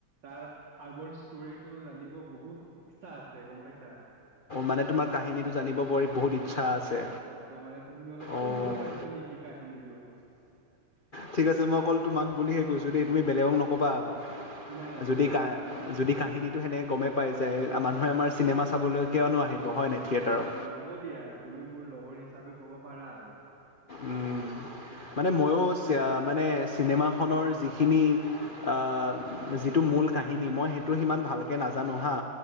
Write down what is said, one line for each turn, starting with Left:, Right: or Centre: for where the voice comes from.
Right: তাৰ আগৰ ষ্টৰিটো জানিব বহুত ইচ্ছা আছে, গম পাইছা? অ,
Left: মানে তোমাৰ কাহিনীটো জানিব বৰ বহুত ইচ্ছা আছে
Right: তাৰমানে তুমি অলপ
Left: অঁ
Right: কৈ দিব পাৰিবা নেকি কাহিনী
Left: ঠিক আছে মই অকল তোমাক বুলিহে কৈছো দেই, তুমি বেলেগক নক'বা আকৌ।
Right: নাই নাই নকওঁ
Left: যদি কা
Right: দিয়া কোৱা
Left: যদি কাহিনী সেনেকে গমেই পাই যায়, মানুহে আমাৰ চিনেমা চাবলৈ কিয়নো আহিব। হয় নাই থিয়েটাৰত
Right: উম, হ'ব দিয়া। তুমি মোৰ লগৰ হিচাপে ক'ব পাৰা আৰু।
Left: উম, মানে ময়ো মানে চিনেমাখনৰ যিখিনি অহা, যিটো মূল কাহিনী মই সেইটো সিমান ভালকৈ নাজানো হা।